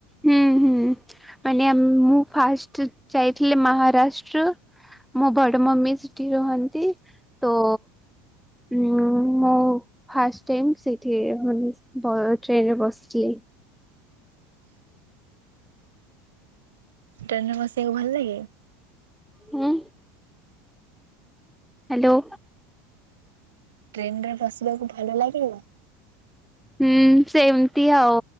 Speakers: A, in the centre; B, on the right (about 80°).
A: ହୁଁ ହୁଁ, ମାନେ ଆମ ମୁଁ ଫାଷ୍ଟ ଯାଇଥିଲି ମହାରାଷ୍ଟ୍ର। ମୋ ବଡ ମମି ସେଠି ରୁହନ୍ତି। ତୋ ହଁ, ମୁଁ ଫାଷ୍ଟ ଟାଇମ ସେଥିରେ ବ ଟ୍ରେନରେ ବସିିଚି।
B: ଟ୍ରେନରେ ବସିବାକୁ ଭଲ ଲାଗେ?
A: ଉଁ? ହ୍ୟାଲୋ।
B: ଟ୍ରେନ ରେ ବସିବାକୁ ଭଲ ଲାଗେ?
A: ହୁଁ, ସେମିତି ଆଉ।